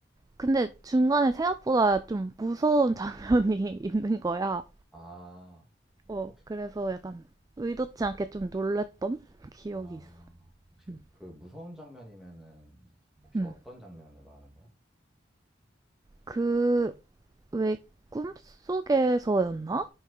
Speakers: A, on the right; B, in the centre.
A: 근데 중간에 생각보다 좀 무서운 <laughs> 장면이 있는 거야.
B: 아,
A: 어,
B: 혹시,
A: 그래서 약간 의도치 않게 좀 놀랬던 기억이
B: 아,
A: 있어.
B: 혹시
A: 응,
B: 그 무서운 장면이면은 혹시
A: 응.
B: 어떤 장면을 말하는 거야?
A: 그, 왜 꿈속에서였나?